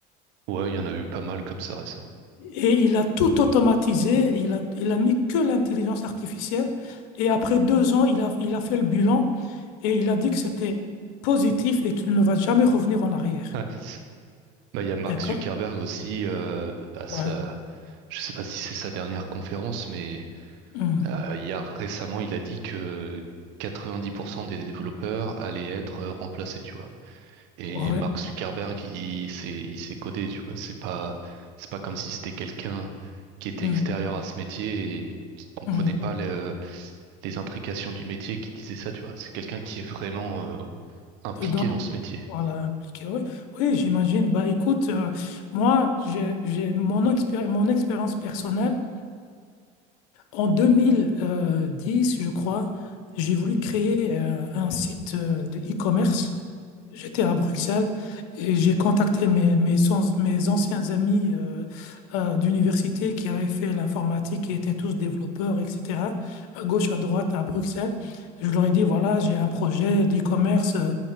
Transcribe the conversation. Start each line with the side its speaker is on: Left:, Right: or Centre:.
Right: ouais, il y en a eu pas mal comme ça récemment. <laughs>
Left: Et il a tout automatisé, il a, il a mis que l'intelligence artificielle. Et après deux ans, il a, il a fait le bilan et il a dit que c'était positif et qu'il ne va jamais revenir en arrière.
Right: Ouais. Bah, il y a Mark
Left: D'accord?
Right: Zuckerberg aussi, euh, à sa,
Left: Ouais.
Right: je sais pas si c'est sa dernière conférence, mais
Left: Mm.
Right: euh, il y a récemment, il a dit que 90% des développeurs allaient être remplacés, tu vois. Et
Left: Ouais.
Right: Mark Zuckerberg, il s'est il s'est codé, tu vois. C'est pas, c'est pas comme si c'était quelqu'un qui était
Left: Mm.
Right: extérieur à ce métier et qui comprenait
Left: Mm.
Right: pas le- les intrications du métier qui disait ça, tu vois. C'est quelqu'un qui est vraiment euh, impliqué
Left: Dedans,
Right: dans ce métier.
Left: voilà, impliqué. Oui, oui, j'imagine. Bah, écoute, euh, moi, j'ai, j'ai mon expéri- mon expérience personnelle. En deux mille euh, dix, je crois, j'ai voulu créer euh, un site euh, de e-commerce. J'étais à Bruxelles et j'ai contacté mes, mes, sans- mes anciens amis euh, euh, d'université qui avaient fait l'informatique, qui étaient tous développeurs, etc., à gauche, à droite, à Bruxelles. Je leur ai dit, voilà, j'ai un projet d'e-commerce euh,